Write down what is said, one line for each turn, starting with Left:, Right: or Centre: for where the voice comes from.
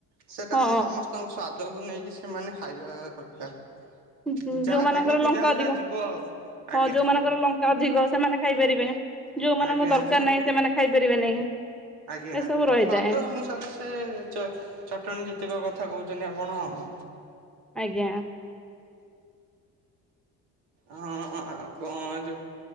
Right: ସେଟା
Centre: ହଁ
Right: ସମସ୍ତଙ୍କ ସ୍ଵାଦକୁ ନେଇକି ସେମାନେ ଖାଇବା ଦରକାର।
Centre: ଉଁ ହୁଁ
Right: ଯାହା
Centre: ଯୋଉମାନଙ୍କର
Right: ଦେହକୁ
Centre: ଲଙ୍କା
Right: ଯାଉଟା
Centre: ଅଧିକ
Right: ଯିବ ଆଉ ଆଜ୍ଞା
Centre: ହଁ ଯୋଉମାନଙ୍କର ଲ ଙ୍କା ଅଧିକ ସେମାନେ ଖାଇପାରିବେ ଯୋଉମାନଙ୍କ
Right: ଆଜ୍ଞା
Centre: ଦରକାର
Right: ଯ
Centre: ନାହିଁ ସେମାନେ ଖାଇପାରିବେ ନାହିଁ।
Right: ଆଜ୍ଞା
Centre: ଏସବୁ ରହିଥାଏ
Right: ସ୍ଵାଦ ଅନୁସାରେ ସେ ଚେ ଚଟଣି ଯେତିକ କଥା କହୁଛନ୍ତି ଆପଣ ଆଉଁ।
Centre: ଆଜ୍ଞା।
Right: ହଁ ଆଉ କଣ ଯେ